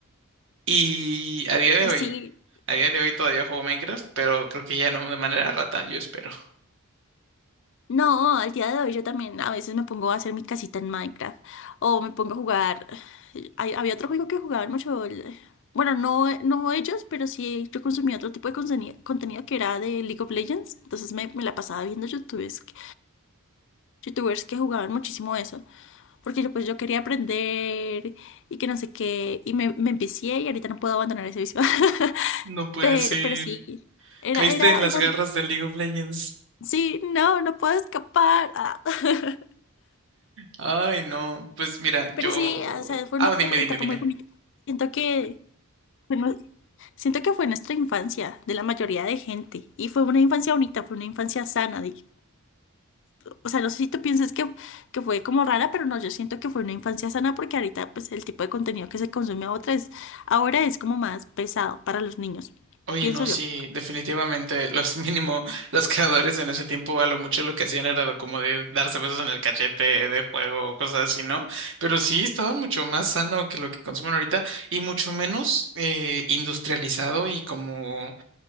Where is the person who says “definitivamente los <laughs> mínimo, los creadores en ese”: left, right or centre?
Right